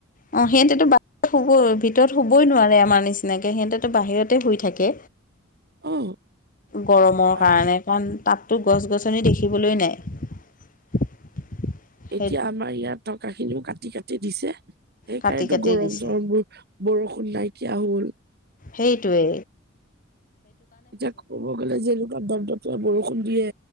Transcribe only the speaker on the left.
অ, সেইটোতো বাদ শুব ভিতৰত শুবৈ নোৱাৰে আমাৰ নিচিনাকে সিহঁতেটো বাহিৰতে শুই থাকে।
গৰমৰ
কাৰণে। কাৰণ তাততো গছ- গছনি দেখিবলৈ নাই। সেই
কাটি
কাটি
দিছে
সেইটোৱে।